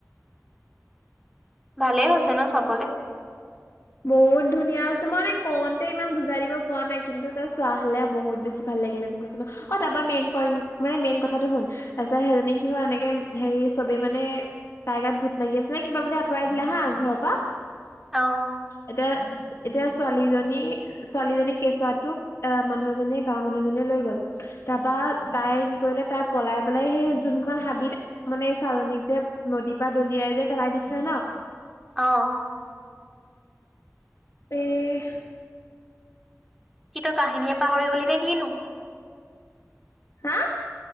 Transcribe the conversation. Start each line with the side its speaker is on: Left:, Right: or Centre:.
Centre: ভালেই হৈছে ন' চাবলে?
Left: বহুত ধুনীয়া আছে মানে কওঁতে ইমান বুজাই দিব পৰা নাই কিন্তু তই চোৱা হ'লে বহুত বেছি ভাল লাগ- লে হেঁতেন কৈছোঁ ন' অ' তাৰপৰা মেইন পইন্ট মানে মেইন কথাটো শুন, তাৰপিছত সেইজনী কি হয় এনেকে হেৰি চবে- মানে তাইৰ গাত ভূত লাগি আছে নে কিবা বুলি আঁতৰাই দিলে হা ঘৰৰ পৰা।
Centre: অ'।
Left: এতিয়া, এতিয়া- ছোৱালীজনী ছোৱালীজনীৰ কেঁচুৱাটো এ মানুহএজনী গাঁৱৰ মানুহ এজনীয়ে লৈ গ'ল, তাৰপৰা- তাই কি কৰিলে তাই পলাই পেলাই সেই যোনখন হাবিত মানে ছোৱালজনীক যে নদীৰ পৰা- দলিয়াই যে পেলাই দিছিলে ন'?
Centre: অ'।
Left: এ'
Centre: কি তই কাহিনীয়ে পাহৰি গলি- নে কিনো
Left: হা?